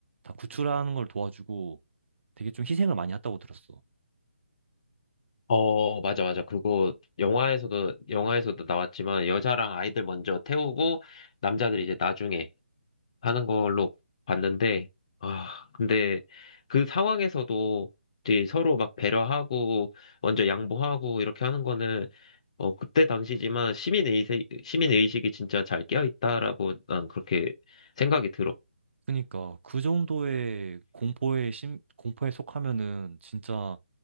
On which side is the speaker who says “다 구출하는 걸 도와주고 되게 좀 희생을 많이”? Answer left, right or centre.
Right